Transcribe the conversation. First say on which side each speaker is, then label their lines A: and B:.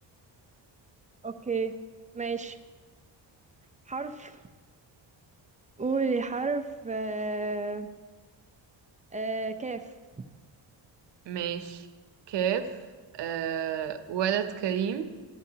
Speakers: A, on the right; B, on the right.
A: اوكي ماشي حرف قولي حرف آه... آه... كاف
B: ماشي كاف آه ولد كريم